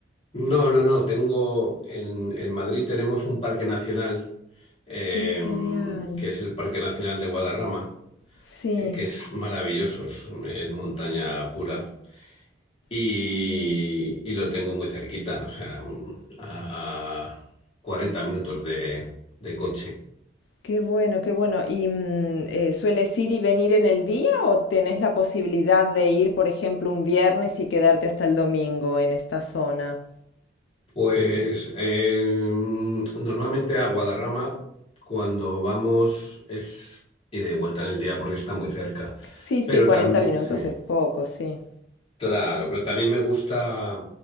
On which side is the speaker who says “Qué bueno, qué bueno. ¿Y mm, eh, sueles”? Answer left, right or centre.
Left